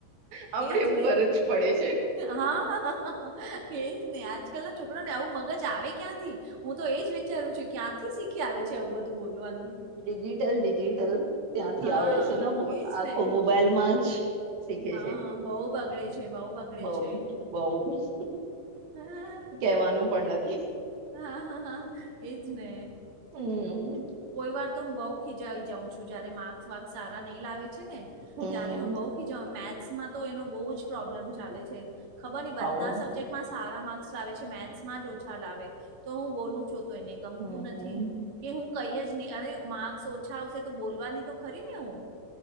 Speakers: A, on the right; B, on the right.
A: આપણે
B: એજ
A: ઉપર
B: મે
A: જ પડે છે
B: હા હ કે જ નહી આજકાલ ના છોકરા ને આવું મગજ આવે ક્યાંથી. હું તો એજ વિચારું છું ક્યાંથી શીખી આવે છે આવું બધું બોલવાનું
A: ડિજિટલ ડિજિટલ ત્યાંથી
B: હા
A: આવડે છે ને બ
B: એજ
A: આખો
B: ને
A: મોબાઈલમાં જ શીખે
B: હા
A: છે
B: બહુ બગડે છે બહુ બગડે
A: બઉ
B: છે
A: બહ
B: હા
A: કવાનું પણ નથી.
B: હા હા હા એજ ને.
A: હમ.
B: કોઈ વાર તો હું બહુ ખીજાવી જાઉં છું જયારે માર્ક્ વાક્સ સારા નહીં લાવે છે ને
A: હમ
B: ત્યારે હું બહ.. મેથ્સમાં તો એનો બહુ જ પ્રોબ્લેમ ચાલે છે ખબર ન બધા
A: આવું
B: સબ્જેક્ટમાં. સારા માર્ક્સ લાવે છે મેથ્સમાં જ ઓછા લાવે તો હું બોલું છું તો એને ગમતું
A: હમ
B: નથી. કે હું કઈ જ નહી અરે માર્ક્સ ઓછા આવશે તો બોલવાની તો ખરી ને હું.